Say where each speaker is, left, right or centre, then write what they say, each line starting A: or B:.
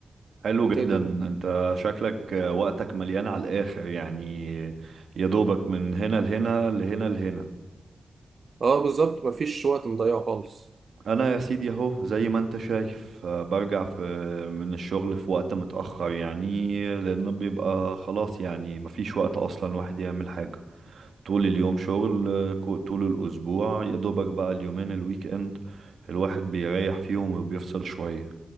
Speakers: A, on the right; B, on the right.
A: حلو
B: انت
A: جدا
B: ايه الدنيا
A: انت شكلك آه، وقتك مليان على الاخر يعني يا دوبك من هنا لهنا لهنا لهنا
B: اه بالظبط مفيش وقت مضيعه خالص
A: انا يا سيدي اهو زي ما انت شايف آه، برجع في من الشغل في وقت متأخر يعني لان بيبقى خلاص يعني مفيش وقت اصلا الواحد يعمل حاجة طول اليوم شغل آه، كو- طول الاسبوع يا دوبك بقى اليومين الويك اند الواحد بيريح فيهم وبيفصل شوية